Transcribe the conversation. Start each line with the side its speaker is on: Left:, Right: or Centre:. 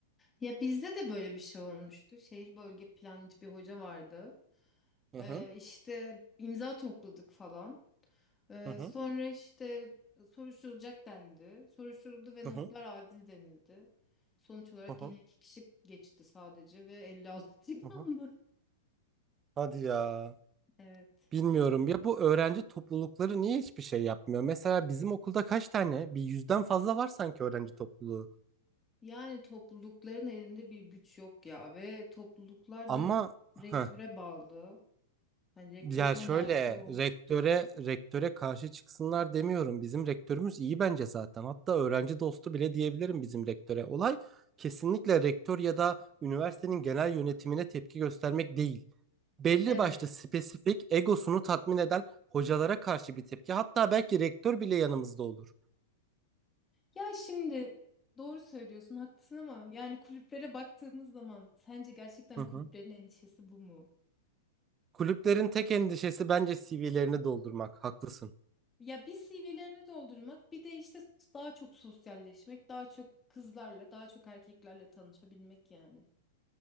Left: Ya bizde de böyle bir şey olmuştu. Şehir bölge plancı bir hoca vardı.
Right: Hı
Left: Ee,
Right: hı.
Left: işte imza topladık falan. Ee,
Right: Hı hı,
Left: sonra işte soruşturulacak dendi. Soruşturuldu ve
Right: hı
Left: notlar
Right: hı,
Left: adil denildi. Sonuç olarak
Right: hı hı,
Left: yine iki kişi geçti sadece ve 56 <laughs>
Right: hı hı.
Left: aldı.
Right: Hadi ya.
Left: Evet.
Right: Bilmiyorum ya bu öğrenci toplulukları niye hiçbir şey yapmıyor? Mesela bizim okulda kaç tane? Bir yüzden fazla var sanki öğrenci topluluğu.
Left: Yani toplulukların elinde bir güç yok ya ve topluluklar
Right: Ama
Left: da rektöre
Right: heh.
Left: bağlı. Hani rektör
Right: Ya
Left: ne
Right: şöyle
Left: derse o.
Right: rektöre rektöre karşı çıksınlar demiyorum. Bizim rektörümüz iyi bence zaten. Hatta öğrenci dostu bile diyebilirim bizim rektöre. Olay kesinlikle rektör ya da üniversitenin genel yönetimine tepki göstermek değil. Belli
Left: Evet.
Right: başlı spesifik egosunu tatmin eden hocalara karşı bir tepki. Hatta belki rektör bile yanımızda olur.
Left: Ya şimdi doğru söylüyorsun, haklısın ama yani kulüplere baktığımız zaman sence gerçekten
Right: Hı hı.
Left: kulüplerin endişesi bu mu?
Right: Kulüplerin tek endişesi bence CV'lerini doldurmak. Haklısın.
Left: Ya bir CV'lerini doldurmak, bir de işte daha çok sosyalleşmek, daha çok kızlarla, daha çok erkeklerle tanışabilmek yani.